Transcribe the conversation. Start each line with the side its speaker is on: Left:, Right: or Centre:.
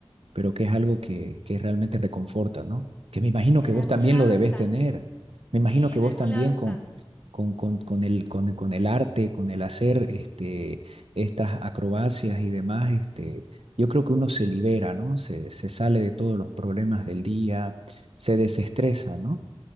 Right: pero que es algo que, que realmente reconforta, ¿no? Que me imagino
Left: en, en
Right: que vos
Left: algún
Right: también
Left: lado
Right: lo debes
Left: están,
Right: tener. Me imagino
Left: sí,
Right: que
Left: en
Right: vos
Left: algún
Right: también
Left: lado están,
Right: con, con, con, con el, con, con el arte, con el hacer este, estas acrobacias y demás, este, yo creo que uno se libera, ¿no? Se, se sale de todos los problemas del día, se desestresa, ¿no?